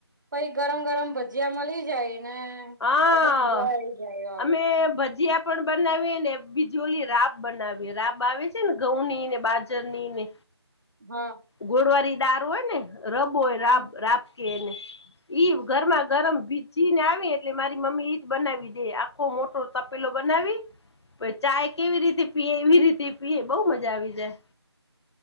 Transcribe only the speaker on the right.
પહિ ગરમ ગરમ ભજીયા મલી જાય ને
તો તો મજા આવી જાય
હા
હા.
હા